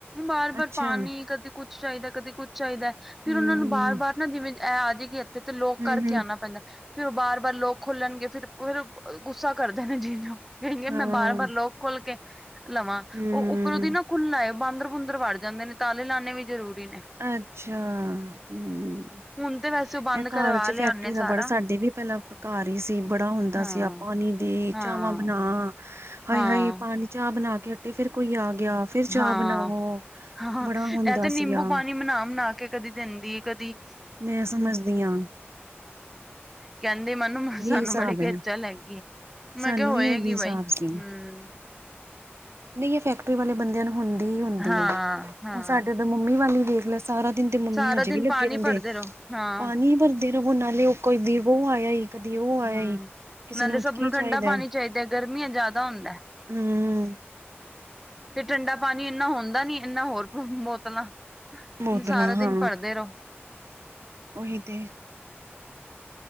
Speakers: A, in the centre; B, on the right.
A: ਬਾਰ ਬਾਰ
B: ਅੱਛਾ,
A: ਪਾਣੀ ਕਦੀ, ਕੁੱਛ ਚਾਹੀਦਾ ਕਦੇ ਕੁੱਛ ਚਾਹੀਦਾ, ਫਿਰ
B: ਹੂੰ,
A: ਉਹਨਾਂ ਨੂੰ ਬਾਰ ਬਾਰ ਨਾ ਜਿਵੇਂ ਇਹ ਆ ਜਾਏਗੀ। ਤੇ ਲੋਕ
B: ਹੂੰ-ਹੂੰ,
A: ਕਰਕੇ ਆਣਾ ਪੈਂਦਾ, ਫਿਰ ਉਹ ਬਾਰ ਬਾਰ ਲੋਕ ਖੋਲਣਗੇ ਫਿਰ ਫਿਰ ਗੁੱਸਾ ਕਰਦੇ ਨੇ ਜੀਨ ਕਏ ਮੈਂ
B: ਹਾਂ,
A: ਬਾਰ ਬਾਰ ਲੋਕ ਖੋਲ ਕੇ, ਲਵਾਂ
B: ਹੂੰ।
A: ਉਹ ਉੱਪਰ ਉਹਦੀ ਨਾ ਖੁੱਲ੍ਹਾ, ਬਾਂਦਰ ਬੂੰਦਰ ਵੜ ਜਾਂਦੇ ਨੇ ਤਾਲੇ ਲਾਉੇ ਵੀ ਜ਼ਰੂਰੀ ਨੇ
B: ਅੱਛਾ ਹੂੰ,
A: ਹੁਣ ਤੇ ਵੈਸੇ ਉਹ ਬੰਦ
B: ਇਹ ਘਰ
A: ਕਰਵਾ
B: ਚ ਫੈਕਟਰੀ
A: ਲਿਆਨੇ
B: ਦਾ
A: ਸਾਰਾ
B: ਬੜ ਸਾਡੇ ਵੀ ਪਹਿਲਾਂ ਘਰ ਹੀ ਸੀ, ਬੜਾ ਹੁੰਦਾ
A: ਹਾਂ
B: ਸੀ, ਆਪਾਂ ਪਾਣੀ ਦੇ
A: ਹਾਂ
B: ਚਾਵਾਂ ਬਣਾ ਹਾਏ-ਹਾਏ
A: ਹਾਂ
B: ਪਾਣੀ ਚਾਹ ਬਣਾ ਕੇ ਹਟੇ, ਫੇਰ ਕੋਈ ਆ ਗਿਆ। ਫਿਰ ਚਾਹ
A: ਹਾਂ-
B: ਬਣਾਓ
A: ਹਾਂ
B: ਬੜਾ
A: ਇਹ
B: ਹੁੰਦਾ
A: ਤੇ ਨਿੰਬੂ
B: ਸੀਗਾ
A: ਪਾਣੀ ਬਨਾ ਬਨਾ ਕੇ ਕਦੀ ਦਿੰਦੀ ਕਦੀ
B: ਮੈਂ ਸਮਝਦੀ ਹਾਂ ਹਮ
A: ਕਹਿੰਦੀ ਮੈਨੂੰ ਸਾਨੂੰ
B: ਹਿਸਾਬ
A: ਬੜੀ
B: ਹੈ
A: ਖੇਚਲ ਹੈਗੀ ਏ। ਮੈਂ
B: ਸਾਨੂੰ
A: ਕਿਹਾ ਹੋਏਗੀ
B: ਵੀ ਇਹਦਾ ਹਿਸਾਬ
A: ਬਾਈ ਹੂੰ,
B: ਸੀ ਨਹੀਂ ਇਹ ਫੈਕਟਰੀ ਵਾਲੇ ਬੰਦਿਆਂ ਨੂੰ ਹੁੰਦੀ ਹੀ ਹੁੰਦੀ
A: ਹਾਂ
B: ਏ। ਹੁਣ
A: ਹਾਂ
B: ਸਾਡੇ ਉਦਰ ਮੰਮੀ ਵਾਲੀ ਵੇਖ ਲੈ ਸਾਰਾ ਦਿਨ ਤੇ ਮੰਮੀ
A: ਸਾਰਾ
B: ਹਜੇ
A: ਦਿਨ
B: ਵੀ ਲੱਗੇ
A: ਪਾਣੀ
B: ਰਹਿੰਦੇ
A: ਭਰਦੇ
B: ਐ ਹੈਗੇ
A: ਰਹੋ ਹਾਂ
B: ਪਾਣੀ ਭਰ ਦੇਨ ਹੋਨਾਂ ਉਹ ਕਦੇ ਵੋ ਆਇਆ ਈ ਕਦੇ ਉਹ ਆਇਆ
A: ਹਮ
B: ਈ ਕਿਸੇ
A: ਨਾਲੇ
B: ਨੂੰ
A: ਸਭ
B: ਕੀ
A: ਠੰਡਾ
B: ਚਾਹੀਦਾ।
A: ਪਾਣੀ ਚਾਹੀਦਾ ਗਰਮੀਆਂ ਚ ਜ਼ਿਆਦਾ ਹੁੰਦਾ।
B: ਹਮ
A: ਤੇ ਠੰਡਾ -ਪਾਣੀ ਇੰਨਾ ਹੁੰਦਾ ਨੀ ਇਨਾ ਹੋਰ ਬੋਤਲਾਂ
B: ਬੋਤਲਾਂ
A: ਸਾਰਾ
B: ਹਾਂ
A: ਦਿਨ ਭਰਦੇ ਰਹੋ
B: ਉਹੀ ਤੇ।